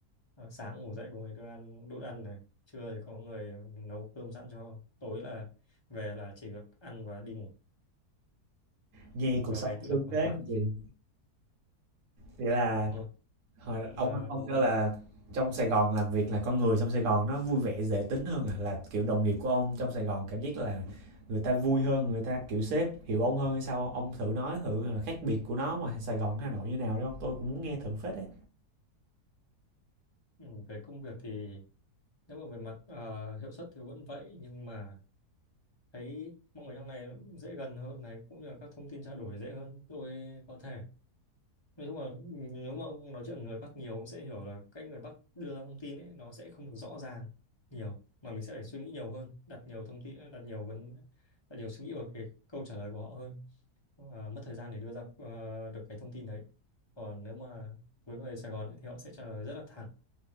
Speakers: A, on the left (about 25°); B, on the right (about 70°).
A: À, sáng ngủ dậy có người đưa ăn đút ăn này, trưa thì có người nấu cơm sẵn cho, tối là về là chỉ việc ăn và đi ngủ.
B: Nghe cuộc
A: Vào
B: sống
A: này tự
B: sướng
A: lập hoàn
B: thế
A: toàn.
B: còn gì. Vậy là
A: Ờ,
B: hồi
A: mà
B: ông ông cho là trong Sài Gòn làm việc là con người trong Sài Gòn nó vui vẻ dễ tính hơn à là kiểu đồng nghiệp của ông trong Sài Gòn cảm giác là người ta vui hơn, người ta kiểu sếp hiểu ông hơn hay sao không? Ông thử nói thử là khác biệt của nó ngoài Sài Gòn với Hà Nội như nào đấy không? Tôi cũng muốn nghe thử phết đấy.
A: ừ, về công việc thì nếu mà về mặt ờ, hiệu suất thì vẫn vậy nhưng mà thấy mọi người trong này nó cũng dễ gần hơn này cũng như là các thông tin trao đổi dễ hơn tôi có thể nói chung là ừ, nếu mà ông nói chuyện với người Bắc nhiều ông sẽ hiểu là cách người Bắc đưa ra thông tin ấy nó sẽ không được rõ ràng nhiều mà mình sẽ phải suy nghĩ nhiều hơn đặt nhiều thông tin đặt nhiều vấn đặt nhiều suy nghĩ vào cái câu trả lời của họ hơn Ờ, mất thời gian để đưa ra ờ, được cái thông tin đấy còn nếu mà với người Sài Gòn ấy, thì họ sẽ trả lời rất là thẳng